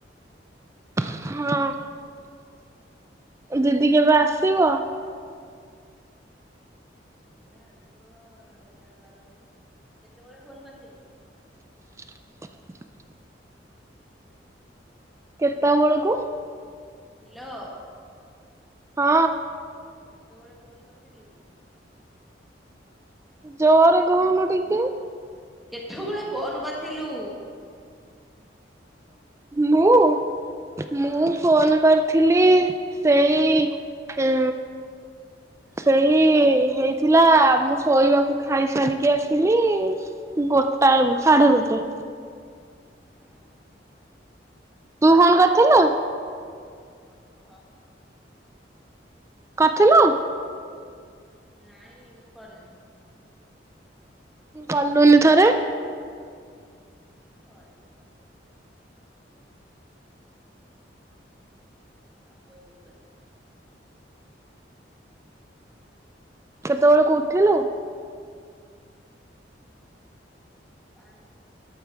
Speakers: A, on the right; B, in the centre.
A: ହଁ
B: କେତେବେଳେ?
A: ଦିଦି କେବେ ଆସିବ?
B: ସିଏ ଆସିବ ଏଗାର ବାର ବେଳକୁ କେତେବେଳେ ଫୋନ କରିଥିଲୁ?
A: <inaudible> କେତେ ବେଳକୁ
B: ହାଲୋ
A: ହଁ
B: କେତେବେଳେ ଫୋନ କରିଥିଲୁ?
A: ଜୋରେ କହୁନୁ ଟିକେ।
B: କେଥବେଳେ ଫୋନ କରିଥିଲୁ?
A: ମୁଁ
B: ହଁ
A: ମୁଁ ଫୋନ କରି ଥିଲି ସେଇ ସେଇ ହେଇଥିଲା ମୁଁ ଶୋଇବାକୁ ଖାଇସାରିକି ଆସିଲି ଗୋଟାଏ ସାଢେ ଗୋଟେ।
B: ଓ ହୋ।
A: ତୁ ଫୋନ କରିଥିଲୁ।
B: ଆଉ କଣ କହ?
A: କରଥିଲୁ?
B: ନାଇଁ ମୁଁ କରିନି।
A: କଲୁନି ଥରେ।
B: <inaudible> ସଞ୍ଜ ଓଳୁ କରିବି।
A: କେତେବେଳକୁ ଉଠିଲୁ?
B: ପାଞ୍ଚ